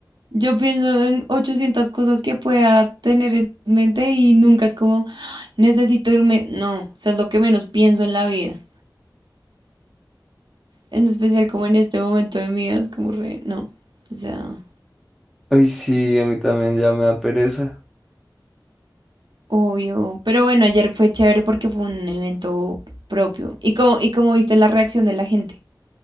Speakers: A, on the right; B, in the centre.
A: yo pienso en 800 cosas que pueda tener en mente y nunca es como "Ah, necesito irme. No, o sea, es lo que menos pienso en la vida. En especial como en este momento de mi vida, es como re, no, o sea,
B: Uy, sí, a mí también ya me da pereza.
A: obvio. Pero bueno, ayer fue chévere porque fue un evento propio. ¿Y como y como viste la reacción de la gente?